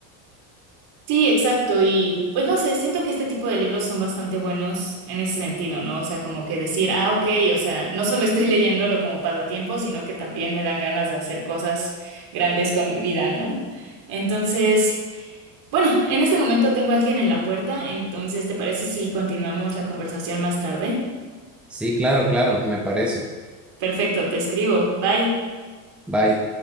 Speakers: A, on the right; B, in the centre.
A: Sí, exacto. Y pues no sé, siento que este tipo de libros son bastante buenos en ese sentido, ¿no? O sea, como que decir, ah, ok, o sea, no solo estoy <laughs> leyéndolo como pasatiempo, sino que también me dan ganas de hacer cosas grandes con mi vida, ¿no? Entonces... Bueno, en este momento tengo a alguien en la puerta, entonces ¿te parece si continuamos la conversación más tarde?
B: Sí, claro, claro, me parece.
A: Perfecto, te escribo. Bye.
B: Bye.